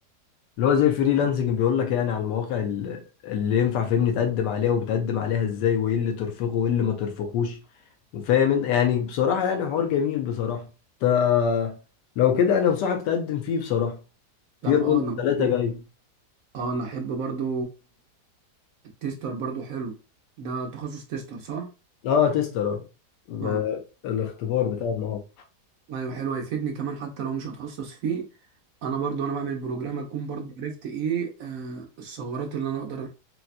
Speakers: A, on the left; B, on the right.
A: اللي هو زي الفريلانسنج بيقول لك يعني على المواقع ال- اللي ينفع فهمني تقدم عليها وبتقدم عليها ازاي وايه اللي ترفقه وايه اللي ما ترفقوش وفاهم انت يعني بصراحه يعني حوار جميل بصراحه ت... لو كده انا انصحك تقدم فيه بصراحه
B: تمام
A: في راوند
B: اه انا برضه
A: ثلاثه جاي
B: اه انا احب برضه التيستر برضه حلو ده تخصص تيستر صح؟
A: اه تستر اه ما-
B: اه
A: الاختبار بتاع المواقع
B: ايوه حلو هيفيدني كمان حتى لو مش هتخصص فيه انا برضو انا بعمل بروجرام اكون برضو عرفت ايه آه الثغرات اللي انا اقدر